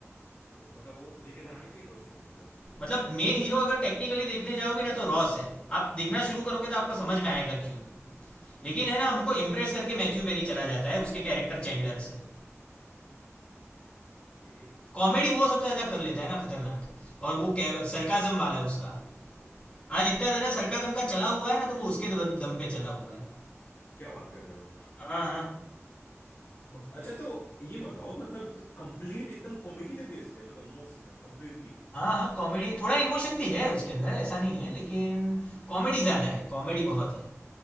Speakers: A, on the left (about 45°); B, on the left (about 20°).
A: तो मतलब वो लेके जाना नहीं चाहिए था उसे मतलब
B: मतलब मेन हीरो अगर टेक्निकली देखने जाओगे ना तो रॉस है आप देखना शुरू करोगे तो आपको समझ में आएगा क्यों लेकिन है ना हमको इम्प्रेस करके मैथ्यू पेरी चला जाता है उसके कैरेक्टर चैंडलर से
A: ओके
B: कॉमेडी वो सबसे ज्यादा कर लेता है ना खतरनाक और वो सरकाजम वाला है उसका आज इतना ज्यादा सरकाजम का चला हुआ है ना तो वो उसके दम दम पे चला हुआ है
A: क्या बात कर रहे हो
B: हाँ हाँ
A: अच्छा तो ये बताओ मतलब कंप्लीट एकदम कॉमेडी पे बेस्ड है मतलब नो सीजन कंप्लीटली
B: हाँ हाँ कॉमेडी थोड़ा इमोशन भी है उसके अंदर ऐसा नहीं है लेकिन कॉमेडी ज्यादा है कॉमेडी बहुत है